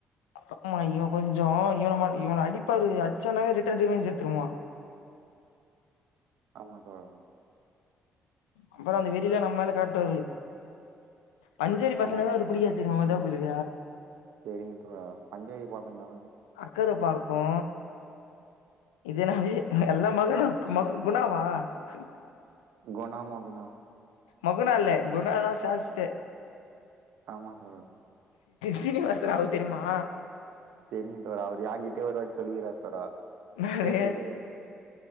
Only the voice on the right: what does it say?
ஆமா தோழா.
ஆமா தோழா
தெரியு தோழா பஞ்சேரி பசங்தானா.
குணா மகுனா
ஆமா தோழா.
தெரியு தோழா அவரு ஏங்கிட்டயே ஒருவாட்டி சொல்லிகிறார் தோழா
கேட்டுக்கிறாரு.